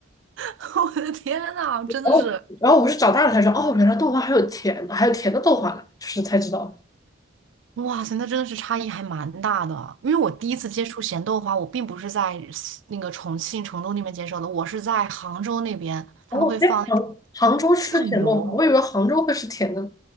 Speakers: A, on the right (about 75°); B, on the left (about 20°).
A: <laughs> 我的天呐，
B: <laughs>
A: 真的是
B: 然后然后我是长大了才知道，哦，原来豆花还有甜的，还有甜的豆花呢，就是才知道。
A: <laughs>，哇塞，那真的是差异还蛮大的啊。因为我第一次接触咸豆花，我并不是在西那个重庆、成都那边接受的，我是在杭州那边，
B: 然后哎，
A: 他们会放那种
B: 杭杭州吃甜豆花，
A: 酱油。
B: 我以为杭州会吃甜的呢。